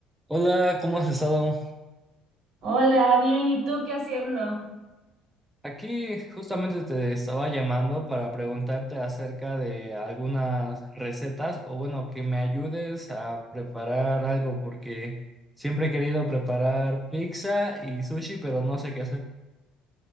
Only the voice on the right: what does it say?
Hola, bien, ¿y tú qué haciendo?